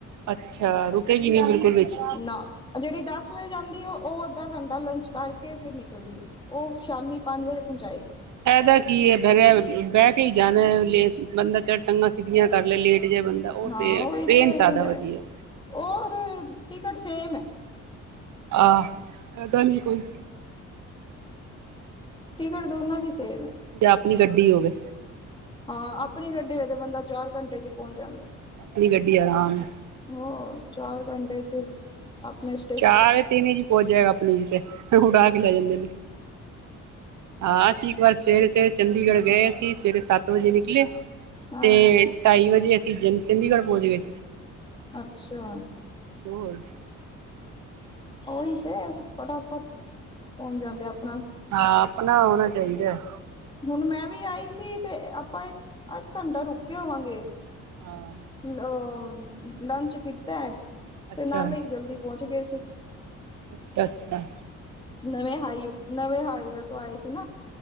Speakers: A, on the right; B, on the left.
A: ਅੱਛਾ ਰੁਕੇਗੀ ਨੀ ਬਿਲਕੁਲ ਵਿੱਚ।
B: ਨਾ ਆ ਜਿਹੜੀ ਦਸ ਵਜੇ ਜਾਂਦੀ ਆ ਉਹ ਅੱਧਾ ਘੰਟਾ ਲੰਚ ਕਰਕੇ ਫਿਰ ਨਿਕਲਦੀ ਏ ਉਹ ਸ਼ਾਮੀ ਪੰਜ ਵਜੇ ਪਹੁੰਚਾਏਗੀ
A: ਫਾਇਦਾ ਕੀ ਹੈ ਬੈ ਬਹਿ ਕੇ ਹੀ ਜਾਣਾ ਹੈ ਲੇ ਬੰਦਾ ਜਰਾਂ ਟੰਗਾਂ ਸਿੱਧੀਆਂ। ਕਰ ਲੇ ਲੇਟ ਜਿਹਾ ਬੰਦਾ ਉਹ
B: ਹਾਂ
A: ਤੇ ਹੈ
B: ਉਹੀ
A: ਟ੍ਰੇਨ
B: ਤੇ
A: ਜ਼ਿਆਦਾ
B: ਫਿਰ
A: ਵਧੀਆ।
B: ਔਰ ਟਿਕਟ ਸੇਮ ਹੈ।
A: ਆਹ ਜਿਆਦਾ ਨੀ ਕੋਈ।
B: ਟਿਕਟ ਦੋਨਾਂ ਦੀ ਸੇਮ ਹੈ।
A: ਜਾਂ ਆਪਣੀ ਗੱਡੀ ਹੋਵੇ
B: ਹਾਂ ਆਪਣੀ ਗੱਡੀ ਹੋਏ ਤੇ ਬੰਦਾ ਚਾਰ ਘੰਟੇ ਚ ਪਹੁੰਚ ਜਾਂਦਾ।
A: ਆਪਣੀ ਗੱਡੀ ਆਰਾਮ।
B: ਹੋਰ ਚਾਰ ਘੰਟੇ ਚ। ਆਪਣੇ ਸ।
A: ਚਾਰ-ਤਿੰਨ ਚ ਪਹੁੰਚ ਜਾਏਗਾ ਆਪਣੀ ਚ ਤੇ ਉੜਾ ਕੇ ਲੈ ਜਾਂਦੇ ਨੇ। ਹਾਂ ਅਸੀਂ ਇੱਕ ਵਾਰ ਸਵੇਰੇ-ਸਵੇਰੇ ਚੰਡੀਗੜ੍ਹ ਗਏ ਅਸੀਂ ਸਵੇਰੇ ਸੱਤ ਵਜੇ ਨਿਕਲੇ।
B: ਹਾਂ
A: ਤੇ ਢਾਈ ਵਜੇ ਅਸੀਂ ਚ ਚੰਡੀਗੜ੍ਹ ਪਹੁੰਚ ਗਏ।
B: ਅੱਛਾ।
A: ਹੋਰ।
B: ਉਹੀ ਤੇ ਫਟਾਫਟ ਪਹੁੰਚ ਜਾਂਦੇ ਆਪ।
A: ਹਾਂ ਆਪਣਾ ਹੋਣਾ ਚਾਹੀਦਾ।
B: ਹੁਣ ਮੈਂ ਵੀ ਆਈ ਸੀ ਤੇ ਆਪਾਂ ਇੱਕ-ਅੱਧ ਘੰਟਾ ਰੁਕੇ ਹੋਵਾਂਗੇ।
A: ਹਾਂ
B: ਲ ਲੰਚ ਕੀਤਾ ਏ।
A: ਅੱਛਾ
B: ਤੇ ਨਾਲ ਹੀ ਜਲਦੀ ਪਹੁੰਚ ਗਏ ਸੀ।
A: ਅੱਛਾ ਅੱਛਾ।
B: ਨਵੇਂ ਹਾਈ, ਨਵੇਂ ਹਾਈਵੇ ਤੋਂ ਆਏ ਸੀ ਨਾ।